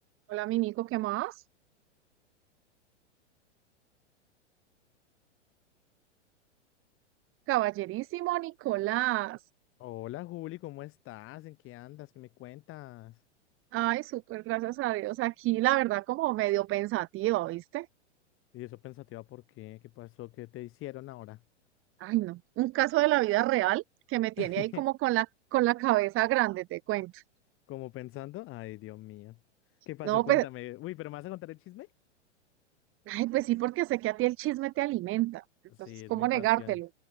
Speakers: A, on the right (about 35°); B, on the left (about 35°).
A: Hola, mi Nico, ¿qué más? Caballerísimo Nicolás.
B: Hola Juli, ¿cómo estás? ¿En qué andas? ¿Qué me cuentas?
A: Ay, súper, gracias a Dios. Aquí, la verdad, como medio pensativa, ¿viste?
B: Y eso pensativa, ¿por qué? ¿Qué pasó? ¿Qué te hicieron ahora?
A: Ay, no. Un caso de la vida real que me tiene
B: <laughs>
A: ahí como con la, con la cabeza grande, te cuento.
B: Como pensando, ay Dios mío. ¿Qué pasó?
A: No,
B: Cuéntame.
A: pues,
B: Uy, ¿pero me vas a contar el chisme?
A: ay, pues sí, porque sé que a ti el chisme te alimenta. Entonces,
B: Sí, es
A: ¿cómo
B: mi
A: negártelo?
B: pasión.